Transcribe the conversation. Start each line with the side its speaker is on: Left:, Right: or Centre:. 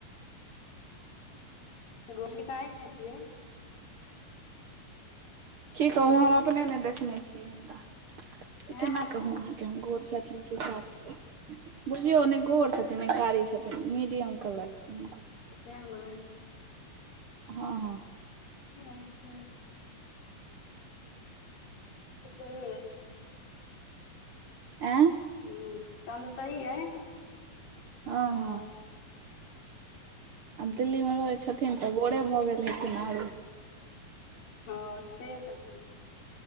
Left: गोस्सेताय छथिन। <unintelligible>
Right: की
Left: हे
Right: कहु हम अपने ने देखने छियै हुनका त केना
Left: ऐं
Right: कहु अहाँके। कि गोर छथिन कि कारी, बुझियौ ने गोर
Left: सुत
Right: छथिन ने कारी छथिन। छथिन मीडियम कलर छै हुनकर।
Left: सेह हमर
Right: हँ -हँ
Left: अइछ - अइछ तऽ सहीए
Right: आँय
Left: हूं तहन तऽ सही य ई
Right: हँ
Left: ह
Right: हँ आब दिल्लीमे रहै छथिन तऽ गोरे भऽ गेल हेथिन आरो।
Left: हँ से तऽ छहिए।